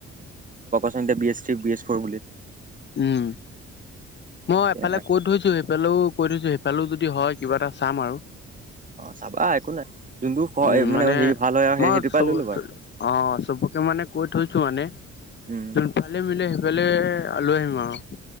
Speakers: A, on the right (about 25°); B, on the left (about 35°).
A: আচলতে B S C B S four বুলি।
B: উম, মই
A: এতিয়া
B: এফালে কতৈছো সেইফালেও। কৈ থৈছো সেইফালেও যদি হয় কিবা এটা চাম আৰু।
A: অ চাবা একো নাই যোনটো
B: উম, মানে
A: হেৰি ভাল হয় আৰু
B: মই
A: সেইটোৰ
B: চ
A: পৰা লৈ ল'বা আৰু
B: অ চব তাকে মানে কৈ থৈছো মানে
A: উম
B: যোনফালে মিলে সেইফালে আলৈ আহিম আৰু